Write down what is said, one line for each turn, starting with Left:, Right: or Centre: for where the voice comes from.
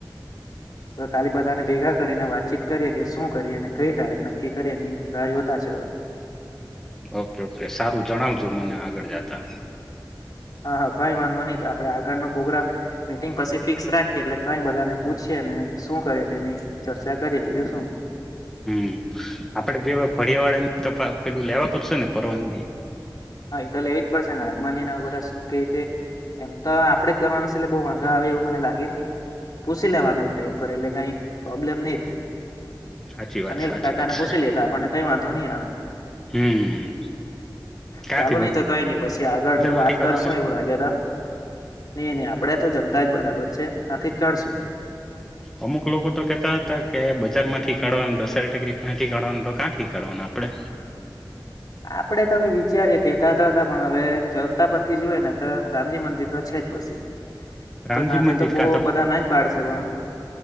Centre: <unintelligible> <inaudible>
Left: હવે ખાલી બધાને ભેગા કરીને વાતચીત કરીએ કે શું કરીએ અને કઈ તારીખ નક્કી કરીએની રાહ જોતા છે હવે
Centre: ઓકે ઓકે સારું જણાવજો મને આગળ જતા
Left: હા હા કઈ વાંધો નહી આપડે આગળનો પ્રોગ્રામ મીટિંગ પછી ફિક્સ રાખીએ એટલે કઈ બધાને પૂછીયે ને શું કરે તેની ચર્ચા કરીએ બીજું શું
Centre: હમ આપડે બે વત ફળિયા વાળા ની તો પેલું લેવા પડશે ને પરવાનગી
Left: હા એ તો લેવી જ પડશે ને આગમાન બધા શું કે રીતે એમ તો આપડે જ કરવાના છે એટલે બઉ વાંધા આવે એવું મને લાગે ની પૂછી લેવાનું એક ટાઈમ એટલે કાય પ્રોબ્લેમ નહી થાય
Centre: સાચી વાત
Left: અનિલ
Centre: સાચી
Left: કાકાને
Centre: વાત છે
Left: પૂછી લેતા આપણને કઈ વાંધો નહી આવે
Centre: હમ ક્યાંથી
Left: ચાલો નઈ તો કઈ નઈ પછી આગળ
Centre: બજાર
Left: ની
Centre: માંથી
Left: વાત
Centre: કાઢવાના
Left: કરશું એવું લાગે તો એ નહી આપડે તો જનતા જ બરાબર છે આથી જ કાઢશું
Centre: અમુક લોકો તો કેતા હતા કે બજાર માંથી કાઢવાનું દસરી ટેકરીથી કાઢવાનું ક્યાંથી કરવાવાનું આપડે
Left: આપડે તો હવે વિચારીએે કેતા હતા હતા પણ હવે જનતા પછથી જોયએ ને તો રામજી મંદિર તો છે જ પછી
Centre: રામજી
Left: તથી
Centre: મંદિર
Left: તો બહુ
Centre: કા
Left: બધા ના જ પાડશે પણ